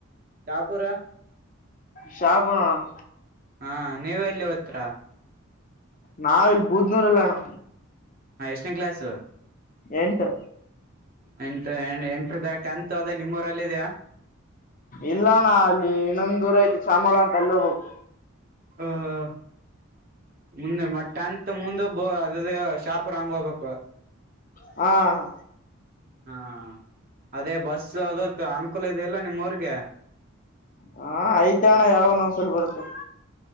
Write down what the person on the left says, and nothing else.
ಶಾಪುರ ಅಣ್ಣ?
ನಾವು ಇಲ್ಲಿ ಬೂದ್ನೂರಲ್ಲಿ ಅಣ್ಣ.
ಎಂಟು
ಇಲ್ಲ ಅಣ್ಣ ಅಲ್ಲಿ ಇನ್ನೊಂದ್ ದೂರ ಐತಿ ಚಾಮನಾಳ ಅಂತ ಅಲ್ಲಿ ಹೋಗ್ಬೇಕು.
ಹ್ಮ
ಹಾ ಐದಣ ಯಾವ ನಂದ್ಸಲ ಬರುತ್ತೆ